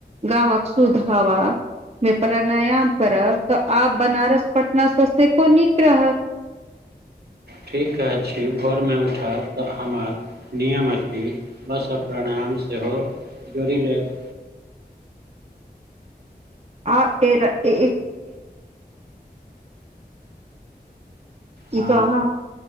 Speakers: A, on the right; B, on the right.
A: गाँवक शुद्ध हवा मे प्राणायाम करब तऽ आब बनारस पटना से सेहो नीक रहत।
B: ठीक अछि, भोरमे उठब तऽ हमर नियम अछि बस प्राणायाम सेहो जोड़ि लेब।
A: आ <unintelligible>
B: हँ
A: ई त अहाँ